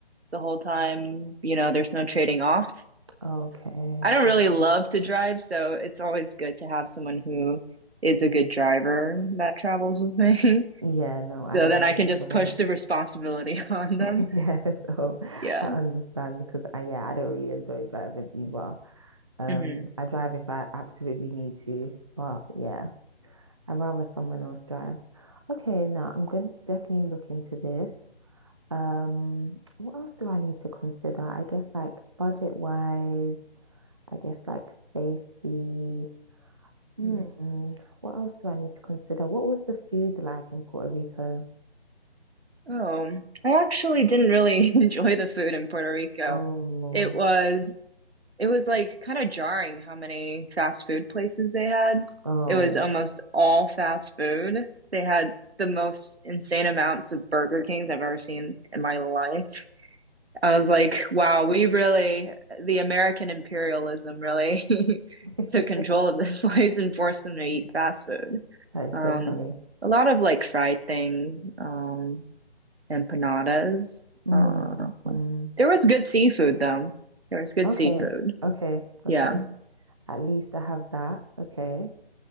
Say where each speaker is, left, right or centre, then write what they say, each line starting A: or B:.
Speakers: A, on the right (about 75°); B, on the right (about 30°).
A: the whole time. You know, there's no trading off.
B: Okay.
A: I don't really
B: Okay.
A: love to drive, so it's always good to have someone who is a good driver that travels with me. <laughs>
B: Yeah, no, I
A: So
B: don't
A: then
B: really
A: I can
B: enjoy
A: just push
B: it.
A: the responsibility <laughs> on them.
B: <laughs> Yeah, so
A: Yeah.
B: I understand because I yeah, I don't really enjoy driving either. Um,
A: hmm
B: I drive if I absolutely need to, but yeah, I'd rather someone else drive. Okay, now I'm going to definitely look into this. Um, what else do I need to consider? I guess like budget wise, I guess like safety. Hmm,
A: hmm
B: what else do I need to consider? What was the food like in Puerto Rico?
A: Oh, I actually didn't really <laughs> enjoy the food in Puerto Rico.
B: Oh,
A: It was it was like kind of jarring how many fast food places they had.
B: oh
A: It was almost all fast food. They had the most insane amounts of Burger Kings I've ever seen in my life. I was like, wow, we really, the American imperialism really <laughs>
B: yeah.
A: took control
B: <laughs>
A: of this <laughs> place and forced them to eat fast food.
B: That is
A: Um,
B: so funny.
A: a lot of like fried things, um, empanadas.
B: Mm,
A: Uh,
B: mm.
A: there was good seafood though. There was good
B: Okay,
A: seafood.
B: okay, okay.
A: Yeah.
B: At least I have that. Okay,